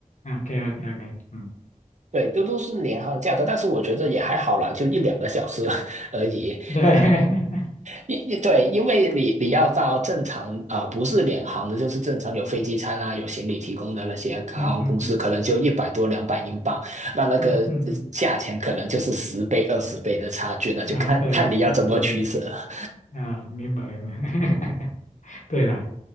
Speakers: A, on the left (about 65°); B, on the right (about 60°).
A: ，OK OK OK，嗯，
B: 对，都都是联航的价格，但是我觉得也还好啦，就一两个小时 <laughs> 而已，
A: 对，<laughs>
B: 因对，因为你你要到正常啊、呃不是联航的，就是正常有飞机餐啊，有行李提供的那些航空公司，
A: 嗯嗯嗯
B: 可能就一百多两百英镑，那那个呃价钱可能就是十倍二十倍的差距，
A: 嗯嗯嗯
B: 那就看看你要怎么取舍了。
A: 嗯，啊，对，是啊，明白明白，<laughs> 对了，